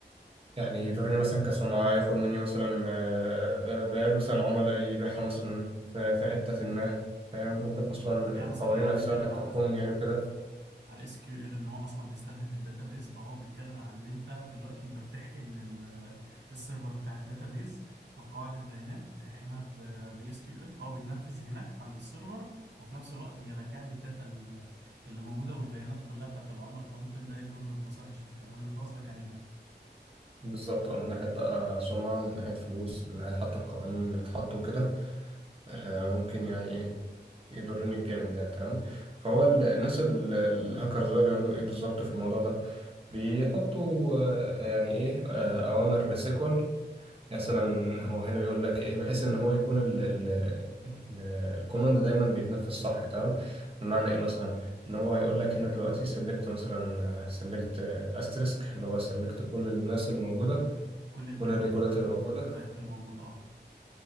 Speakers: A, on the right; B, on the right.
A: يعني
B: مهم.
A: يضرني مثلا كسمعه ياخد مني مثلا آه، آه، بيانات مثلا عملاء يبيعها مثلا في في حته ما فاهم
B: مهم.
A: ممكن اصلا
B: يعني
A: القوانين
B: مثلا لو
A: نفسها
B: هنتكلم
A: اللي بتحكمني
B: على
A: يعني وكده
B: على الاس كيو ال ان هو اصلا بيستهدف الداتابيز فهو بيتكلم عن ان انت دلوقتي انت بتحقن ال- السيرفر بتاع الداتابيز او قواعد البيانات بتحقنها بي اس كيو ال فهو بيتنفذ هناك عند السيرفر وفي نفس الوقت بيرجع لي الداتا ال- اللي موجوده والبيانات كلها بتاعت العملاء فممكن ده يضر بمصالح الشركه ده اللي انت قصدك عليه يعني
A: بالظبط آه، من ناحيه بقى سمعه من ناحيه فلوس من ناحيه حتى القوانين اللي بتتحط وكده آه، ممكن يعني ايه يضرني جامد يعني تمام فهو
B: مهم.
A: ال- الناس ال- الهاكرز بقى بيعملوا ايه بالظبط في الموضوع ده بيحطوا آه، يعني ايه آه، اوامر سيكوال مثلا هو هنا بيقول لك ايه بحيث ان هو يكون ال ال ال- الكوماند دايما بيتنفذ صح تمام بمعنى
B: مهم.
A: ايه مثلا ان هو هيقول لك هنا دلوقتي سيلكت مثلا سيلكت استريسك اللي هو سيلكت كل الناس اللي موجوده
B: كل البيانات
A: كل الريكوردات
B: والريكوردات
A: اللي موجوده
B: اللي موجوده اه